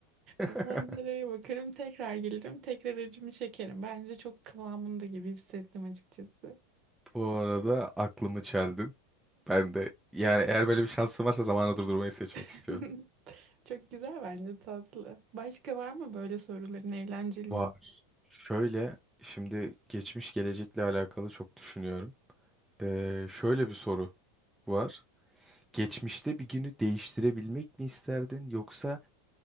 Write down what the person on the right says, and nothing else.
Bir manzaraya bakarım, tekrar gelirim, tekrar acımı çekerim. Bence çok kıvamında gibi hissettim açıkçası.
<laughs>
Çok güzel bence tatlı. Başka var mı böyle soruların eğlenceli?